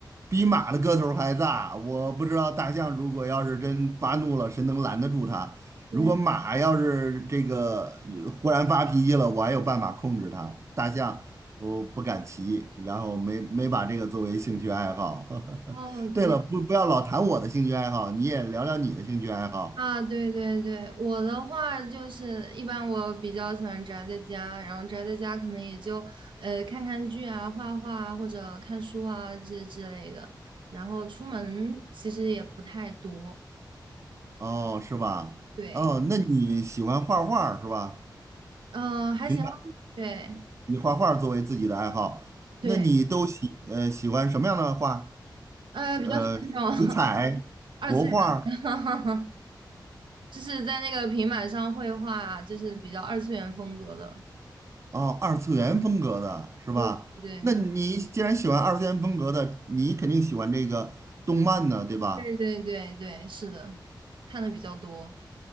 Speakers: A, on the right (about 35°); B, on the right (about 85°).
A: 比马的个头儿还大。我不知道大象如果要是真发怒了，谁能拦得住它？
B: 天，
A: 如果马要是这个呃忽然发脾气了，我还有办法控制它。大象我不敢骑，然后没没把这个作为兴趣爱好。
B: 哦，
A: <laughs> 对了，
B: 对
A: 不不要老谈我的兴趣爱好，你也聊聊你的兴趣爱好
B: 啊，对对对，我的话就是一般我比较喜欢宅在家，然后宅在家可能也就呃看看剧啊、画画啊或者看书啊这之类的，然后出门其实也不太多，
A: 哦，是吧？
B: 对，
A: 哦，那你喜欢画画儿是吧？
B: 嗯、还行，
A: 平常
B: 对
A: 以画画作为自己的爱好，
B: 对，
A: 那你都喜呃喜欢什么样的画？
B: 呃，
A: 是呃水彩、
B: 比较喜欢那种 <laughs> 二次元的。
A: 国画
B: <laughs> 就是在那个平板上绘画，就是比较二次元风格的。
A: 哦，二次元风格的是吧？
B: 对对对
A: 那你既然喜欢二次元风格的，你肯定喜欢这个动漫呢，对吧？
B: 对对对对，是的，看的比较多。